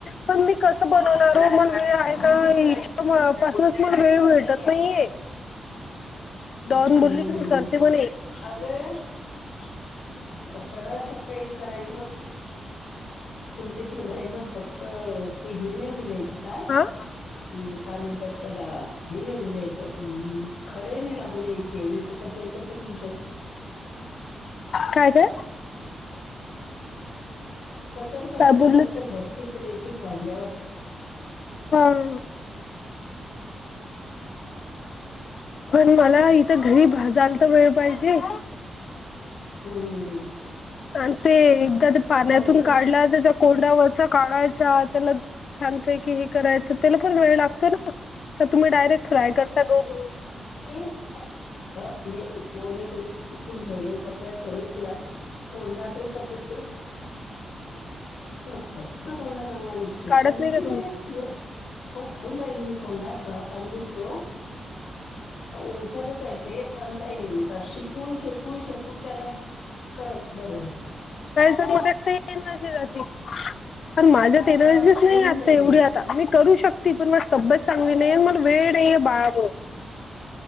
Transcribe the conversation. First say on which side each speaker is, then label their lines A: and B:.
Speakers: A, on the left; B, on the left.
A: पणं मी कसं बनवणांर हो मलां वेळं आहे
B: हो
A: कां हिच्यां
B: का?
A: पासूनच वेळं भेटतं नाहीं आहे
B: हम्म.
A: डॉन बोली की मी करते म्हणे
B: अगं सरळं सरळं सकाळी करायचं तुमच्यां ते आहे नां फक्तं ते हे नाहीं होऊं द्यायचं कायं
A: हा
B: हम्मं कायं म्हणतांत त्यांला हे नाहीं होऊं द्यायचं खडे नाहीं लागूं द्यायचे नाहीं तरं कचरा कचरा होऊ शकतो
A: काय काय
B: कचर कचर
A: काय बोलल
B: जसं भट्टीत रेतीत भाजल्यांवर
A: हां पणं मलां इथं घरी भाजांयला तरं वेळं पाहिजे
B: हम्मं हम्मं
A: आणि ते एकदाचं जे पाण्यांतून
B: पाऊस
A: काढल्यांवर त्यांचा कोंड्यावरचा काढांयचा त्यांला छानपैकी हे करायचं त्यांला पणं वेळं लागतो नां कां तुम्हीं डायरेक्ट फ्राय करतां गहूं धुवूंन
B: इन्स म्हणजे ओले करूंन पुंसून ठेवले कपड्यांत ठेवले ते जास्तं कोंडा कांहीं पद्धतं नसतो तरं कोंडा चांगला निघतो
A: काढत
B: पणं
A: नाही
B: ठीक
A: का तुम्ही
B: आहे काढूं राहिली मी कोंडा थोडांफार निघतो ओलसरचं आहे ते पणं कायं नाहीं हो त्या शिकून शेकून शेकून त्याला कडक बनवायची.
A: तर <unintelligible> एनर्जी जाती. पण माझ्यात
B: आता
A: एनर्जीच नाहीए
B: ऊन
A: आता
B: नाहीये
A: तेवढी. मी करू शकती पण, माझी तब्येत चांगली
B: अगं
A: नाहीये, मग वेळ नाहीये बाळामुळ.